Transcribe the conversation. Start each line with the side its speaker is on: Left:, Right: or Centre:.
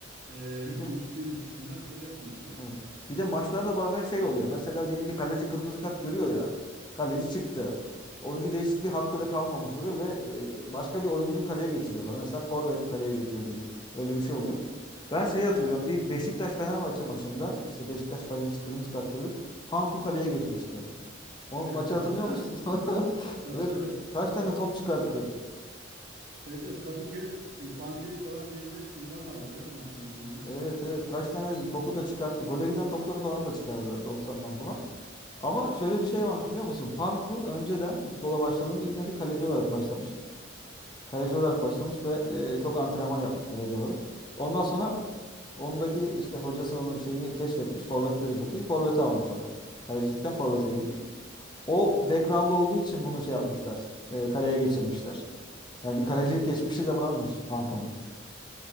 Right: e,
Left: Bir de
Right: dürüstlüğün açısından öyle yapmak gerekir.
Left: Evet. Bir de maçlarda bazen şey oluyor. Mesela diyelim ki kaleci kırmızı kart görüyor ya. Kaleci çıktı. Oyuncu değişikliği hakkı da kalmamış oluyor ve e, başka bir oyuncuyu kaleye geçiriyorlar. Mesela forvet kaleye geçiyor gibi. Öyle bir şey oluyor. Ben şeyi hatırlıyorum.
Right: Evet,
Left: Bir Beşiktaş-Fenerbahçe maçında işte Beşiktaş kalecisi kırmızı kart gördü. Panku kaleye geçmişti. O
Right: evet,
Left: maçı
Right: evet.
Left: hatırlıyor
Right: Hatta
Left: musun? <laughs>
Right: tabii
Left: Ve
Right: tabii.
Left: kaç tane
Right: Ka-
Left: top çıkarttı?
Right: ka- Evet evet Kadıköy e, Panteri falan diye de ünvan aldı ya o maçtan sonra.
Left: Evet evet. Kaç tane topu da çıkarttı. Gole giden topları falan da çıkardı 90'dan falan. Ama şöyle bir şey varmış biliyor musun? Panku önceden futbola başladığında ilk önce kaleci olarak başlamış. Kaleci olarak başlamış ve e, çok antrenman yapmış kaleci olarak. Ondan sonra ondaki işte hocası onun şeyini keşfetmiş. Forvet'te de çok iyi. Forvet'e almış onu. Kalecilikten forvete geçmiş. O background olduğu için bunu şey yapmışlar. E, kaleye geçirmişler. Yani bir kalecilik geçmişi
Right: Ya
Left: de varmış Panku'nun.